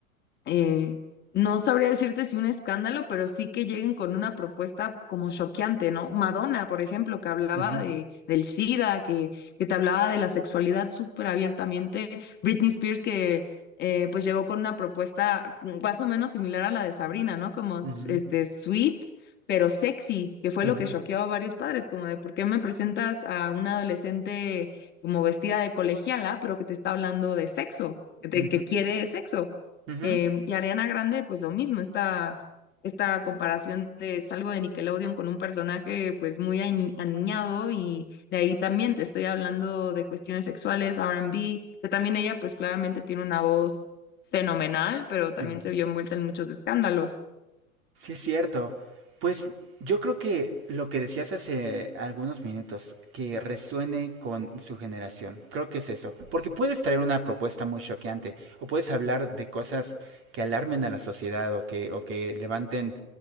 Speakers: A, on the left; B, on the right.
A: eh, no sabría decirte si un escándalo, pero sí que lleguen con una propuesta como choqueante, ¿no? Madonna, por ejemplo, que hablaba
B: Ujú,
A: de, del SIDA, que, que te hablaba de la sexualidad súper abiertamente. Britney Spears, que eh, pues llegó con una propuesta más o menos similar a la de Sabrina, ¿no? Como
B: ujú,
A: este sweet. pero sexy, que fue
B: ujú,
A: lo que choqueó a varios padres, como de por qué me presentas a una adolescente como vestida de colegiala, pero que te está hablando de sexo, de
B: ujú,
A: que quiere sexo.
B: ujú.
A: Em,
B: Ujú.
A: y Ariana Grande, pues lo mismo, esta, esta comparación de salgo de Nickelodeon con un personaje pues muy ani- aniñado y de ahí también te estoy hablando de cuestiones sexuales, R and B. que también ella pues claramente tiene una voz fenomenal, pero también
B: Sí, no.
A: se vio envuelta en muchos escándalos.
B: Sí, es cierto. Pues yo creo que lo que decías hace algunos minutos, que resuene con su generación, creo que es eso. Porque puedes traer una propuesta muy choqueante o puedes hablar de cosas que alarmen a la sociedad o que, o que levanten